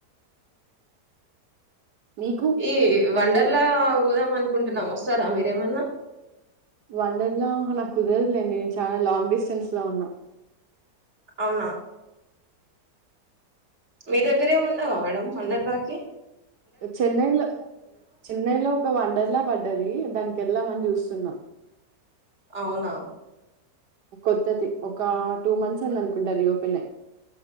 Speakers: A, on the right; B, on the right.
A: మీకు
B: ఈ వండర్లా
A: అంటే
B: పోదాం అనుకుంటున్నాం వస్తారా మీరేమన్నా?
A: వండర్లా నాకు కుదరదండి నేను చాలా లాంగ్ డిస్టెన్స్ లో ఉన్నా
B: అవునా? మీ దగ్గరా ఏమి ఉండవా మేడమ్ వండర్లాకి
A: చెన్నైలో చెన్నైలో ఒక వండర్లా పడ్డది దానికి వెళ్ళామని చూస్తున్నాం
B: అవునా?
A: కొత్తది ఒక టూ మంత్స్ అయింది అనుకుంటా రీ ఓపెన్ అయ్